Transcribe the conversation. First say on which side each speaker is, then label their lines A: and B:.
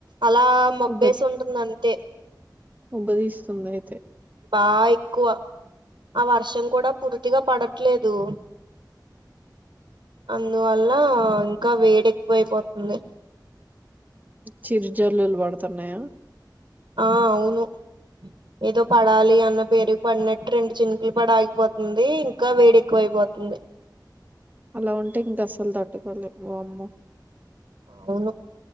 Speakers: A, on the right (about 80°); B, on the right (about 20°).
A: అలా మబ్బేసి
B: ఉబ్బ
A: ఉంటుంది అంతే
B: ఉబ్బదీస్తుంది అయితే
A: బా ఎక్కువ ఆ వర్షం కూడా పూర్తిగా పడట్లేదు అందువల్ల ఇంకా వేడి ఎక్కువ ఐపోత్మ్ది
B: చిరు జల్లులు పడుతున్నాయా?
A: ఆ అవును ఏదో పడాలి అన్న పేరు పడినట్టు రెండు చినుకులు పడి ఆగిపోతుంది ఇంకా వేడి ఎక్కువైపోతుంది
B: అలా ఉంటే ఇంకా అస్సలు తట్టుకోలేము వామ్మో
A: అవును